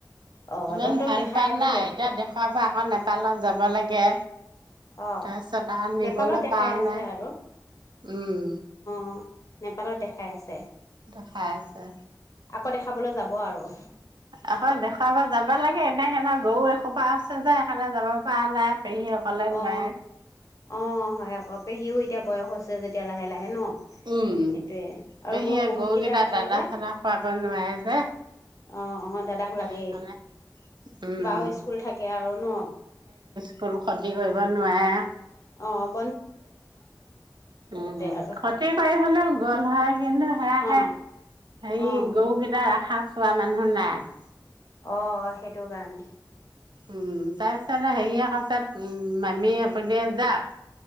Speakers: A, on the left; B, on the right.
A: অ
B: ইমান
A: ডক্তৰক
B: ভাল
A: দেখাই
B: পোৱা
A: আহিলে
B: নাই এতিয়া দেখুৱাব আকৌ নেপালত যাব লাগে।
A: অহ
B: তাৰপিছত আৰু নিবলৈ
A: নেপালত দেখাই
B: পাৰা
A: আছে
B: নাই।
A: আৰু
B: উম
A: অ' নেপালত দেখাই আছে।
B: দেখাই আছে
A: আকৌ দেখাবলৈ যাব আৰু।
B: আকৌ দেখাব যাম যাব লাগে, এনে সেইনা গৰু এসোপা আছে যে সেইকাৰণে যাব পৰা নাই। পেহী অকলে নোৱাৰে
A: অ' অ' হয় আকৌ পেহীও এতিয়া বয়স হৈছে যেতিয়া লাহে লাহে ন!
B: উম,
A: সেইটোয়ে আৰু
B: পেহীয়ে
A: গৰু বহুত
B: গৰুকেইটা
A: কেইটা আছে
B: দানা
A: যে
B: চানা খুৱাব নোৱাৰে যে।
A: অ' অ দাদাক
B: সেইকাৰণে
A: লাগেই।
B: উম।
A: বাও স্কুল থাকে আৰু ন?
B: কুল সদি কৰিব নোৱাৰে আ!
A: অম
B: উম উম,
A: আৰু
B: ক্ষতি কৰি হলেও গ'ল হয় কিন্তু সেয়াহে,
A: অ
B: হেৰি
A: অ
B: গৰুকেইটা ৰাখাছে খোৱা মানুহ নাই।
A: অ সেইটো কাৰণে।
B: উম তাইৰ ছাতা হেইএ কাছেত উম মামীয়ে আপুনিয়ে যাওক।